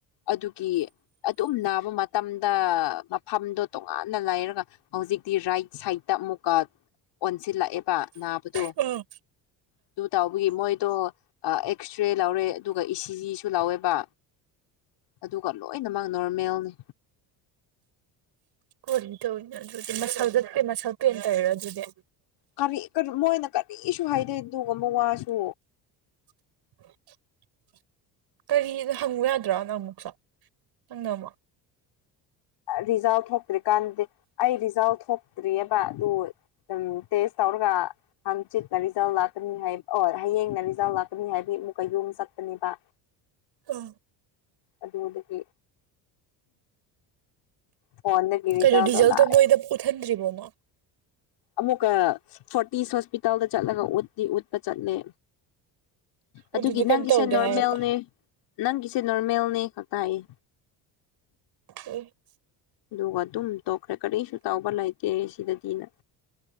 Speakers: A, on the left; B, on the right.
A: ꯑꯗꯨꯒꯤ ꯑꯗꯨꯝ ꯅꯥꯕ ꯃꯇꯝꯗ ꯃꯐꯝꯗꯣ ꯇꯣꯉꯥꯟꯅ ꯂꯥꯏꯔꯒ ꯍꯧꯖꯤꯛꯇꯤ ꯔꯥꯏꯠ ꯁꯥꯏꯗꯠꯇ ꯑꯃꯨꯛꯀ ꯁꯤꯜꯂꯛꯑꯦꯕ ꯅꯥꯕꯗꯣ
B: ꯎꯝ
A: ꯑꯗꯨ ꯇꯥꯎꯕꯒꯤ ꯃꯣꯏꯗꯣ ꯑꯦꯛꯁ ꯔꯦ ꯂꯧꯔꯦ ꯑꯗꯨꯒ ꯏꯁꯤꯖꯤꯁꯨ ꯂꯥꯎꯋꯦꯕ ꯑꯗꯨꯒ ꯂꯣꯏꯅꯃꯛ ꯅꯣꯔꯃꯦꯜꯅꯤ
B: ꯀꯣ ꯇꯧꯅꯦ ꯑꯗꯨꯗꯤ ꯃꯁꯛ ꯆꯠꯄꯦ ꯃꯁꯛ ꯄꯦꯅ ꯇꯧꯔꯣ ꯑꯗꯨꯗꯤ
A: ꯀꯔꯤ ꯃꯣꯏꯅ ꯀꯔꯤꯁꯨ ꯍꯥꯏꯗꯦ ꯑꯗꯨꯒꯕ ꯋꯥꯁꯨ
B: <unintelligible> <inaudible> ꯀꯔꯤꯗ ꯍꯪꯉꯨ ꯌꯥꯗ꯭ꯔꯥꯅꯪ ꯑꯃꯨꯛꯁꯨ ꯅꯪꯅ ꯑꯃꯣ
A: ꯔꯤꯖꯥ ꯊꯣꯛꯇ꯭ꯔꯤ ꯀꯥꯟꯗꯦ ꯑꯩ ꯔꯤꯖꯥ ꯊꯣꯛꯇ꯭ꯔꯤꯑꯕ ꯑꯗꯨ ꯇꯦꯁ ꯇꯧꯔꯒ ꯍꯪꯆꯤꯠ ꯅ ꯔꯤꯖꯥꯜ ꯂꯥꯛꯀꯅꯤ ꯍꯥꯏ ꯑꯣ ꯍꯌꯦꯡꯅ ꯔꯤꯖꯥꯜ ꯂꯥꯛꯀꯅꯤ ꯍꯥꯏꯕꯤ ꯑꯃꯨꯛ ꯀꯩꯨꯝ ꯑꯃ ꯆꯠꯀꯅꯦꯕ
B: ꯎꯝ
A: ꯑꯗꯨꯗꯕꯨꯂ ꯀꯦ ꯐꯣꯟꯣꯟ ꯄꯤꯔꯤ
B: ꯀꯩꯅꯣ
A: ꯆꯥꯎꯗ
B: ꯔꯤꯖꯜꯇꯣ
A: ꯂꯥꯛꯑ
B: ꯃꯣꯏꯗ ꯎꯠꯍꯟꯗ꯭ꯔꯤꯕꯣ ꯅꯪ
A: ꯑꯃꯨꯛꯀ ꯐꯣꯔꯇꯤꯁ ꯍꯣꯁꯄꯤꯇꯥꯜꯗ ꯆꯠꯂꯒ ꯎꯂꯤ ꯎꯠꯄ ꯆꯠꯂꯦ ꯑꯗꯨꯒꯤ
B: ꯑꯗꯨꯗ ꯀꯩꯝ
A: ꯅꯪꯒꯤꯁꯦ
B: ꯇꯧꯗꯦ
A: ꯅꯣꯔꯃꯦꯜꯅꯦ
B: ꯍꯥꯏꯔꯛꯄ
A: ꯅꯪꯒꯤꯁꯦ ꯅꯣꯔꯃꯦꯜꯅꯦ ꯈꯇꯥꯏꯌꯦ
B: ꯎ <unintelligible> <inaudible>
A: ꯑꯗꯨꯒ ꯑꯗꯨꯝ ꯇꯣꯛꯈ꯭ꯔꯦ ꯀꯔꯤꯁꯨ ꯇꯥꯎꯕ ꯂꯩꯇꯦ ꯁꯤꯗꯗꯤꯅ